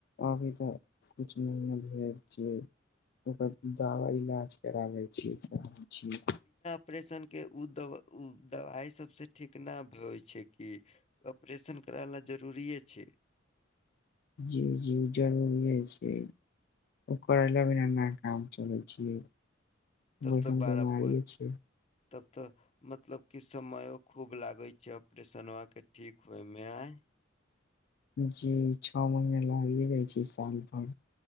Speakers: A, on the left; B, on the left.
A: अभी त कुछ महीना भेल छियै ओकर दवा इलाज कराबय छी <unintelligible> छी।
B: ऑपरेशनके उ दब उ दबाइ सभसँ ठीक न भ होइ छैय कि। ऑपरेशन करै लए जरूरिए छैय।
A: जी- जी उ जरूरीेये छैय। ओकर अलावे न काम चलै छियै उ
B: तब
A: एयसन
B: तऽ बड़ा
A: बिमारीये
B: प
A: छियै।
B: तब त मतलब कि समयो खूब लागैय छैय ऑपरेशनमाके ठीक होयमे आइ।
A: जी छ महीना लागिये जाइ छैय साल भर।